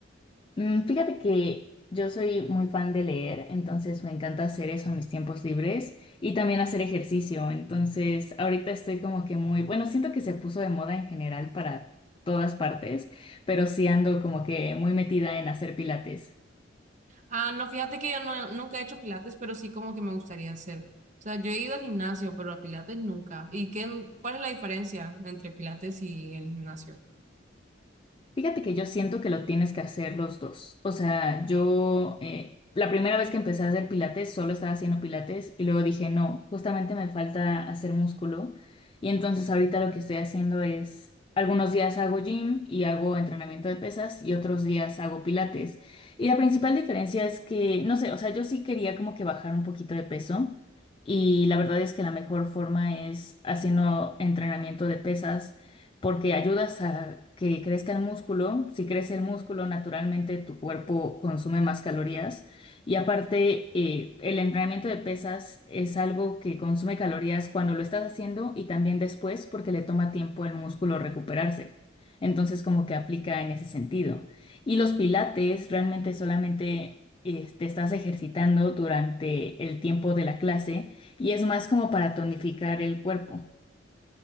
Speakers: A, on the left (about 25°); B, on the right (about 40°).
A: Mm, fíjate que yo soy muy fan de leer, entonces me encanta hacer eso en mis tiempos libres y también hacer ejercicio. Entonces, ahorita estoy como que muy, bueno, siento que se puso de moda en general para todas partes, pero sí ando como que muy metida en hacer pilates.
B: Ah, no, fíjate que yo no, nunca he hecho pilates, pero sí como que me gustaría hacer. O sea, yo he ido al gimnasio, pero a pilates nunca. ¿Y qué, cuál es la diferencia entre pilates y el gimnasio?
A: Fíjate que yo siento que lo tienes que hacer los dos. O sea, yo eh, la primera vez que empecé a hacer pilates solo estaba haciendo pilates y luego dije, no, justamente me falta hacer músculo. Y entonces ahorita lo que estoy haciendo es, algunos días hago gym y hago entrenamiento de pesas y otros días hago pilates. Y la principal diferencia es que, no sé, o sea, yo sí quería como que bajar un poquito de peso y la verdad es que la mejor forma es haciendo entrenamiento de pesas porque ayudas a que crezca el músculo. Si crece el músculo, naturalmente tu cuerpo consume más calorías. Y aparte, eh, el entrenamiento de pesas es algo que consume calorías cuando lo estás haciendo y también después porque le toma tiempo al músculo recuperarse. Entonces, como que aplica en ese sentido. Y los pilates realmente solamente eh, te estás ejercitando durante el tiempo de la clase y es más como para tonificar el cuerpo.